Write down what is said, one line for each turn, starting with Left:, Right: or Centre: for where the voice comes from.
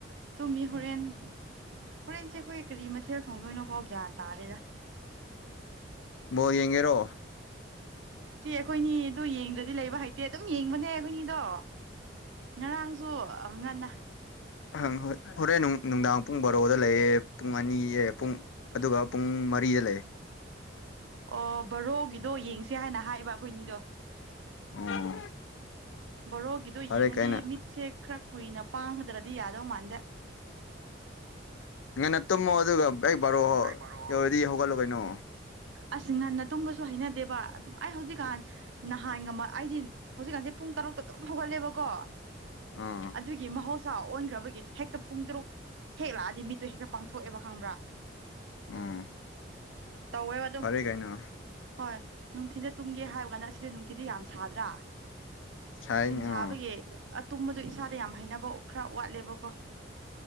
Right: ꯇꯨꯝꯃꯤ ꯍꯣꯔꯦꯟ ꯍꯣꯔꯦꯟꯁꯦ ꯑꯩꯈꯣꯏ ꯀꯔꯤ ꯃꯊꯦꯜ ꯊꯣꯡꯗꯣꯏꯅꯣꯐꯥꯎ ꯒ꯭ꯌꯥꯟ ꯇꯥꯗꯦꯗ
Left: ꯕꯣꯜ ꯌꯦꯡꯉꯦꯔꯣ
Right: ꯆꯦ ꯑꯩꯈꯣꯏꯅꯤ ꯑꯗꯨ ꯌꯦꯡꯗꯔꯗꯤ ꯂꯩꯕ ꯍꯩꯇꯦ ꯑꯗꯨꯝ ꯌꯦꯡꯕꯅꯦ ꯑꯩꯈꯣꯏꯅꯤꯗꯣ ꯉꯔꯥꯡꯁꯨ ꯑ ꯉꯟꯅ
Left: ꯑꯍꯪ ꯍꯣꯏ ꯍꯣꯔꯦꯟꯅꯨꯡ ꯅꯨꯡꯗꯥꯡ ꯄꯨꯡ ꯕꯥꯔꯣꯗ ꯂꯩꯌꯦ ꯄꯨꯡ ꯑꯅꯤ ꯑꯦ ꯄꯨꯡ ꯑꯗꯨꯒ ꯄꯨꯡ ꯃꯔꯤꯗ ꯂꯩ
Right: ꯑꯣ ꯕꯔꯣꯒꯤꯗꯣ ꯌꯦꯡꯁꯦ ꯍꯥꯏꯅ ꯍꯥꯏꯕ ꯑꯩꯈꯣꯏꯅꯤꯗꯣ
Left: ꯑꯣ
Right: ꯕꯣꯔꯣꯒꯤꯗꯣ
Left: ꯐꯔꯦ
Right: ꯌꯦꯡꯉꯗꯤ
Left: ꯀꯩꯅꯣ
Right: ꯃꯤꯠꯁꯦ ꯈꯔ ꯀꯨꯏꯅ ꯄꯥꯡꯒꯗ꯭ꯔꯗꯤ ꯌꯥꯗꯧ ꯃꯥꯟꯗꯦ
Left: ꯉꯟꯅ ꯇꯨꯝꯃꯣ ꯑꯗꯨꯒ ꯍꯦꯛ ꯕꯥꯔꯣ
Right: ꯑꯩ ꯕꯥꯔꯣ
Left: ꯌꯧꯔꯗꯤ ꯍꯧꯒꯠꯂꯨ ꯀꯩꯅꯣ
Right: ꯑꯁ ꯉꯟꯅ ꯇꯨꯝꯕꯁꯨ ꯍꯩꯅꯗꯦꯕ ꯑꯗꯨꯝ ꯑꯩ ꯍꯧꯖꯤꯛꯀꯥꯟ ꯅꯍꯥꯟꯒꯝꯃ ꯑꯩꯗꯤ ꯍꯧꯖꯤꯛꯀꯥꯟꯁꯦ ꯄꯨꯡ ꯇꯔꯨꯛꯇ ꯑꯗꯨꯝ ꯍꯧꯒꯠꯂꯦꯕꯀꯣ
Left: ꯑꯥ
Right: ꯑꯗꯨꯒꯤ ꯃꯍꯧꯁ ꯑꯣꯟꯈ꯭ꯔꯕꯒꯤ ꯍꯦꯛꯇ ꯄꯨꯡ ꯇꯔꯨꯛ ꯍꯦꯛ ꯂꯥꯛꯑꯗꯤ ꯃꯤꯠꯇꯣ ꯍꯦꯛꯇ ꯄꯥꯡꯊꯣꯛꯑꯦꯕ ꯈꯪꯕ꯭ꯔꯥ
Left: ꯎꯝ
Right: ꯇꯧꯕꯗꯨ
Left: ꯐꯔꯦ ꯀꯩꯅꯣ
Right: ꯍꯣꯏ ꯅꯨꯡꯊꯤꯟꯗ ꯇꯨꯝꯒꯦ ꯍꯥꯏꯕꯒꯅ ꯑꯁꯤꯗꯤ ꯅꯨꯡꯊꯤꯤꯟꯗ ꯌꯥꯝ ꯁꯥꯗ꯭ꯔꯥ
Left: ꯁꯥꯏꯅꯤ
Right: ꯅꯨꯡꯁꯤꯟ ꯁꯥꯕꯒꯤ
Left: ꯑꯥ
Right: ꯑꯇꯨꯝꯕꯗꯣ ꯏꯁꯥꯗ ꯌꯥꯝ ꯍꯩꯅꯕ ꯈꯔ ꯋꯥꯠꯂꯦꯕꯀꯣ